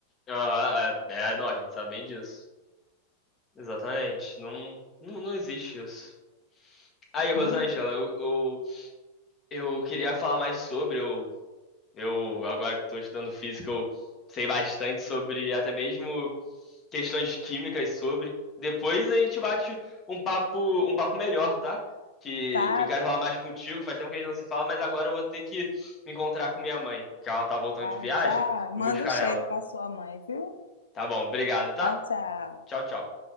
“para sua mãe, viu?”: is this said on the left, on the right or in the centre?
Left